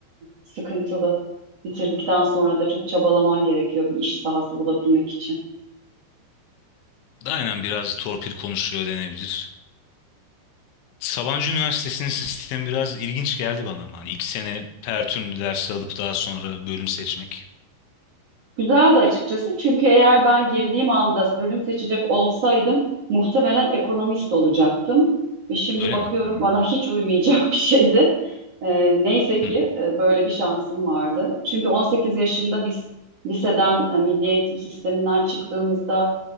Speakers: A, on the right (about 50°); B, on the left (about 90°).
A: sıkıntılı. Bitirdikten sonra da çok çabalaman gerekiyor bir iş sahası bulabilmek için.
B: Aynen biraz torpil konuşuyor denebilir. Sabancı Üniversitesi'nin sistemi biraz ilginç geldi bana ama hani iki sene her ders alıp daha sonra bölüm seçmek.
A: Güzeldi açıkçası çünkü eğer ben girdiğim anda bölüm seçecek olsaydım muhtemelen ekonomist olacaktım. Ve şimdi
B: Öyle
A: bakıyorum
B: mi? Hmm.
A: bana hiç uymayacak bir şeydi. Ee, neyse ki
B: Hı.
A: e, böyle bir şansım vardı. Çünkü 18 yaşında biz liseden, e, milli eğitim sisteminden çıktığımızda